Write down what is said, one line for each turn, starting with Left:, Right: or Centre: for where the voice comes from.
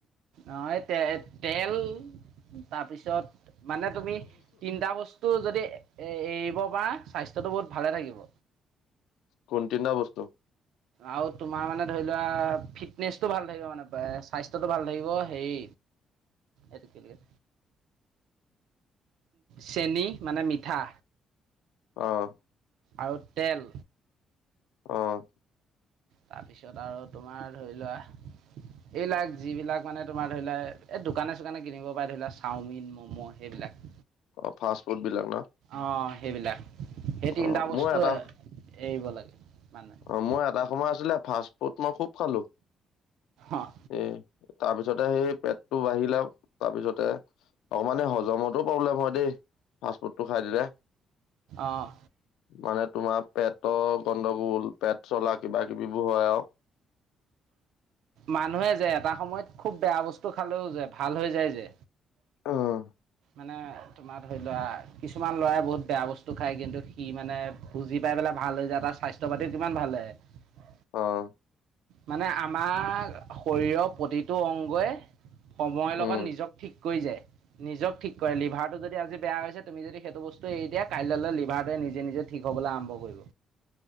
Right: অ' এই তে তেল, তাৰপিছত মানে তুমি, তিনিটা বস্তু টো যদি এ এৰিব বা স্বাস্থ্যটো বহুত ভালে থাকিব।
Left: কোনটো নো বস্ত।
Right: আৰু তোমাৰ মানে ধৰি লোৱা ফিটনেচটো ভাল থাকিব মানে স্বাস্থ্যটো ভাল থাকিব হেৰি
Left: <inaudible>
Right: আৰুিকেই <unintelligible> ল চেনী মানে মিঠা
Left: অ'।
Right: আৰু তেল
Left: অ'।
Right: তাৰপিছত আৰু তোমাৰ ধৰি লোৱা এইবিলাক যিবিলাক মানে তোমাৰ ধৰিলোৱা এই দোকানে চোকানে কিনিব পাই ধৰিলোৱা চাওমিন, ম'ম' সেইবিলাক
Left: অ ফাষ্ট ফুড বিলাক ন'।
Right: অঁ সেইবিলাক সেই তিনটা
Left: অ
Right: বস্তু
Left: মোৰ এটা
Right: এৰিব লাগে। মানুহে
Left: অ', মোৰ এটা সময় আছিলে ফাষ্ট ফুড মই খুব খালোঁ
Right: অঁ
Left: এ তাৰপিছতে সেই পেটটো বাঢ়িলে তাৰপিছতে অকমান সেই হজমতো প্ৰব্লেম হয় দেই, ফাষ্ট ফুডটো খাই দিলে।
Right: অঁ
Left: মানে তোমাৰ পেটৰ গণ্ডগোল, পেট চলা কিবা কিবিবোৰ হয় আৰু
Right: মানুহে যে এটা সময়ত খুব বেয়া বস্তু খালেও যে ভাল হৈ যায় যে
Left: আৰু
Right: মানে তোমাৰ ধৰি ল'ৰা কিছুমান ল'ৰাই বহুত বেয়া বস্তু খায়, কিন্তু সি মানে বুজি পাই পেলাই ভাল হৈ যায় তাৰ স্বাস্থ্য পাতিও কিমান ভাল হৈ আহে।
Left: অ'।
Right: মানে আমাৰ শৰীৰৰ প্ৰতিটো অংগই সময়ৰ
Left: উম,
Right: লগত নিজক ঠিক কৰি যায়। নিজক ঠিক কৰে, লিভাৰটো যদি আজি বেয়া হৈছে তুমি যদি সেইটো বস্তু এৰি দিয়া কাইলৈ লৈ লিভাৰটোৱে নিজে নিজে ঠিক হ'বলৈ আৰম্ভ কৰিব।